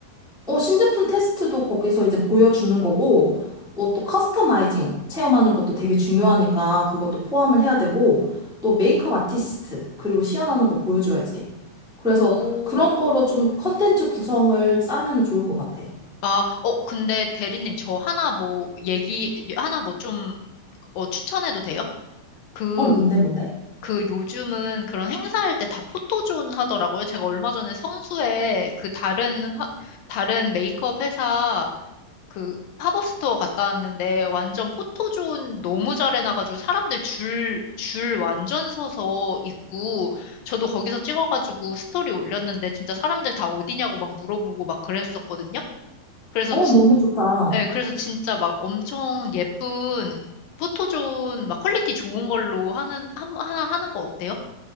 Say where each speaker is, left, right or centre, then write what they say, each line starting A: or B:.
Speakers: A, in the centre; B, on the left (about 80°).
A: 어, 신제품 테스트도 거기서 이제 보여주는 거고, 어, 또 커스터마이징 체험하는 것도 되게 중요하니까 그것도 포함을 해야 되고, 또 메이크업 아티스트, 그리고 시연하는 거 보여줘야지. 그래서
B: 오,
A: 그런 거로 좀 컨텐츠 구성을 짜면은 좋을 것 같아.
B: 아, 어, 근데 대리님, 저 하나 뭐, 얘기, 하나 뭐 좀, 어, 추천해도 돼요? 그,
A: 어, 뭔데, 뭔데?
B: 그 요즘은 그런 행사할 때 다 포토존 하더라고요. 제가 얼마 전에 성수에 그 다른, 화- 다른 메이크업 회사 그 팝업 스토어 갔다 왔는데 완전 포토존 너무 잘 해놔가지고 사람들 줄, 줄 완전 서서 있고 저도 거기서 찍어가지고 스토리 올렸는데 진짜 사람들 다 어디냐고 막 물어보고 막 그랬었거든요. 그래서
A: 어, 너무 좋다.
B: 네, 그래서 진짜 막 엄청 예쁜 포토존 막 퀄리티 좋은 걸로 하는 한, 하나 하는 거 어때요?